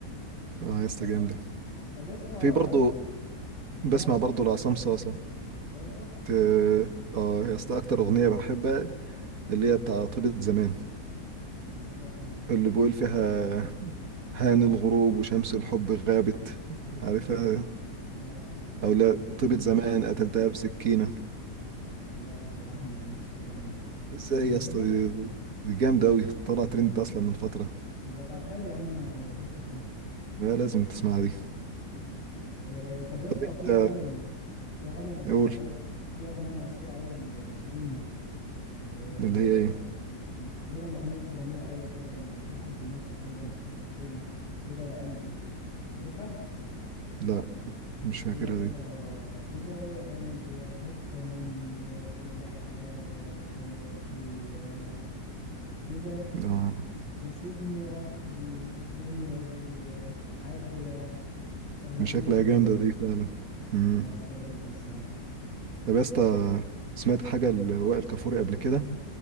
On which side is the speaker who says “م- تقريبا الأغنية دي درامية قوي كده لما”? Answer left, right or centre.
Left